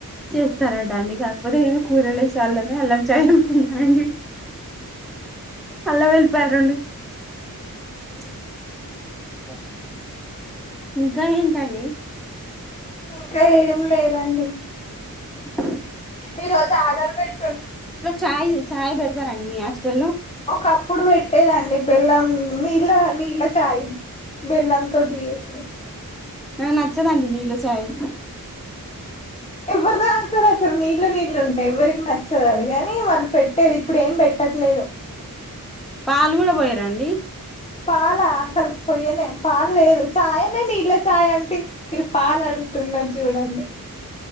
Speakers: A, in the centre; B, on the left.
A: చేస్తరట అండి కాకపోతే నేను కూరల వేసే అల్లమే అల్లం చాయ్ అనుకున్నానండి. అల్లవెళ్ళిపోయలు రెండు అ <unintelligible> ఇంకా ఏంటండి.
B: ఇంకా ఏం లేదండి.
A: అ <unintelligible>
B: ఈ రోజు ఆర్డర్ పెట్టుం
A: చాయ్ చాయ్ పెడతారండి మీ హాస్టల్లో
B: ఒకప్పుడు పెట్టేదండి బెల్లం నీళ్ళ నీళ్ల చాయ్ బెల్లంతోటి చేసి
A: నాక్ నచ్చదండి నీళ్లచాయ్
B: ఎవరు నాటుతారు అసలు నీళ్ళు నీళ్ళు ఉంటే ఎవ్వరికి నచ్చదు అది కాని మనం పెట్టేది ఇప్పుడు ఏం పెట్ట ట్టట్లేయో
A: పాలు కూడా పోయరాండి
B: పాల అసలు పొయ్యనే పాలు లేదు చాయనే నీళ్ళ చాయ్ అంటే మీరు పాలు అంటున్నారు చూడండి